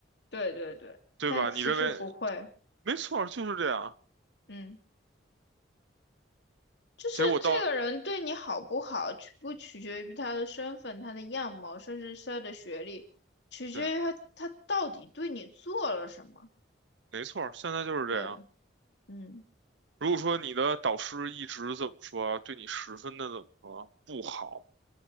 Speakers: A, on the left; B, on the right.
A: 对对对，
B: 对吧？
A: 但其实不会，
B: 你认为没错儿，就是这样。
A: 嗯，就是这个人对你好不好，
B: 结果到，
A: 取不取决于他的身份、他的样貌，甚至是他的学历，取决于他他到底对你做了什么。
B: 对，没错儿，现在就是这样。
A: 对，嗯
B: 如果说你的导师一直怎么说，对你十分的怎么说不好，